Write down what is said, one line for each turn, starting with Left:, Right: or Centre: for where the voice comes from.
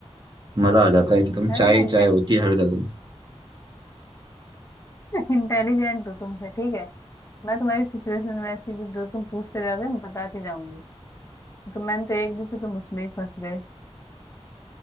Right: मजा आ जाता है एकदम
Left: अरे
Right: चाय
Left: मैं
Right: ही चाय होती है हर जगह
Left: <laughs> इंटेलिजेंट हूँ तुमसे ठीक है मैं तुम्हारी सिचुएशन वैसी जो जो तुम पूछते जाओगे मैं बताती जाऊंगी तो मैंने तो एक दी थी तुम उसमें ही फंस गए